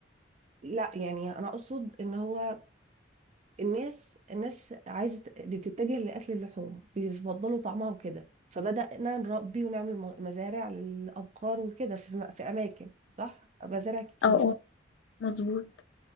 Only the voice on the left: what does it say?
اه اه مظبوط